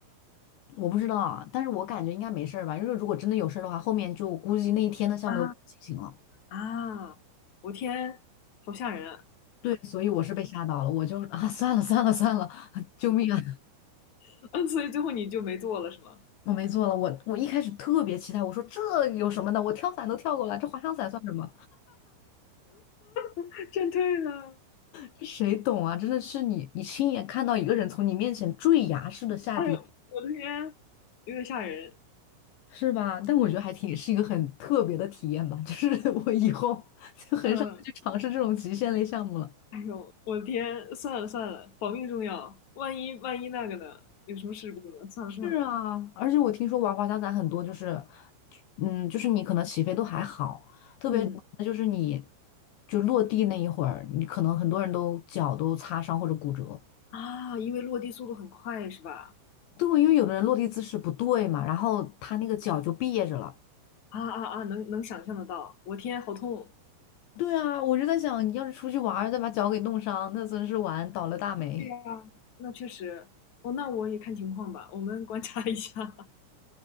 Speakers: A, on the left; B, on the left.
A: <laughs> 我不知道啊，但是我感觉应该没事儿吧，因为如果真的有事儿的话，后面就估计那一天的项目都不能进行了。
B: 啊啊，我天，好吓人啊
A: 对，所以我是被吓到了，我就啊，算了算了算了，<laughs> 救命啊！
B: <laughs>！嗯，所以最后你就没做了是吗？
A: 我没做了，我我一开始特别期待，我说这有什么的，我跳伞都跳过了，这滑翔伞算什么？
B: <laughs> 真对了，
A: 这谁懂啊？真的是你，你亲眼看到一个人从你面前坠崖式的下跌，
B: 哎呦，我的天，有点吓人。
A: 是吧？但我觉得还挺是一个很特别的体验吧，就是 <laughs> 我以后就很少再去尝试这种极限类项目了。
B: 嗯，哎呦，我的天，算了算了，保命重要，万一万一那个呢？有什么事故呢？算了算了，
A: 是啊，而且我听说玩滑翔伞很多就是，嗯，就是你可能起飞都还好，特别就是你
B: 嗯。
A: 就落地那一会儿，你可能很多人都脚都擦伤或者骨折。
B: 啊，因为落地速度很快是吧？
A: 对，因为有的人落地姿势不对嘛，然后他那个脚就别着了。
B: 啊啊啊，能能想象得到，我天，好痛！
A: 对啊，我就在想，你要是出去玩儿再把脚给弄伤，那真是玩倒了大霉。
B: 对呀，那确实，哦，那我也看情况吧，我们观察一下。<laughs>